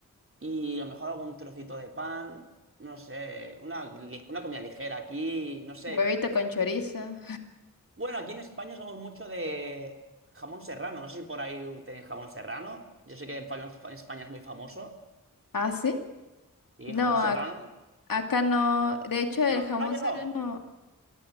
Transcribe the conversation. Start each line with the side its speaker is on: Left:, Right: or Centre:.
Right: y a lo mejor algún trocito de pan. No sé, una, li- una comida ligera aquí, no sé.
Left: Huevito con chorizo.
Right: Bueno, aquí en España somos mucho de jamón serrano. No sé si por ahí tenéis jamón serrano. Yo sé que en fa- en España es muy famoso.
Left: ¿Ah, sí?
Right: Y
Left: No,
Right: jamón serrano.
Left: ac- acá no. De hecho, el
Right: No,
Left: jamón
Right: no ha llegado.
Left: serrano,